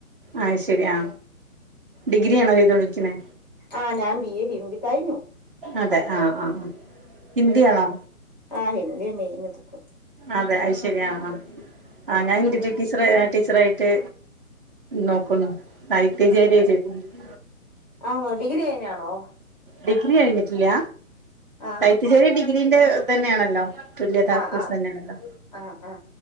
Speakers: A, on the right (about 40°); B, on the left (about 30°).
A: അഹ് ശരിയാ ഡിഗ്രി ആണോ ചെയ്തൊണ്ടിരിക്കനേ
B: ആന്ന് ഞാൻ ബിഎ ഹിന്ദി കഴിഞ്ഞു
A: അതെ ആഹ് ആഹ് ആ് ഹിന്ദി ആണോ
B: ആഹ് ഹിന്ദി മെയൻ എടുക്കുവ
A: അതെ അത് യ്ശരിയ ആഹ് ഞാൻ എയ്ട്ട്
B: അങ്ങനെ
A: ടീച്ചർ ടീച്ചറായിട്ട് നോക്കുന്നു <unintelligible>
B: ആഹ് ഡിഗ്രി കഴിഞ്ഞ ആണോ
A: ഡിഗ്രി കഴിഞ്ഞിട്ടില്ല
B: ആ
A: സൈത്യശേരി ഡിഗ്രീന്റെ തന്നെയാണല്ലോ തുല്യതാ
B: ആ ആ
A: തന്നെയല്ലെ
B: ആ ആ